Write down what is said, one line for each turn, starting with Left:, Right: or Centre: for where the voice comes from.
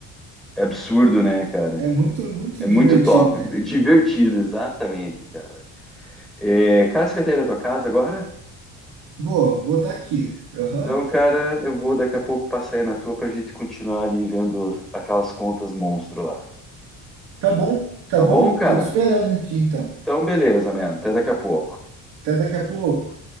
Centre: é absurdo, né, cara?
Right: É muito, muito
Centre: É
Right: divertido,
Centre: muito top,
Right: cara.
Centre: divertido, exatamente, cara. É, cara, você vai ter aí na tua casa agora?
Right: Vou, vou estar aqui. Aham.
Centre: Então, cara, eu vou daqui a pouco passar aí na tua pra gente continuar ali vendo aquelas contas monstro lá.
Right: Tá bom, tá
Centre: Tá
Right: bom.
Centre: bom, cara?
Right: Tô te esperando aqui então.
Centre: Então, beleza, mano. Até daqui a pouco.
Right: Até daqui a pouco.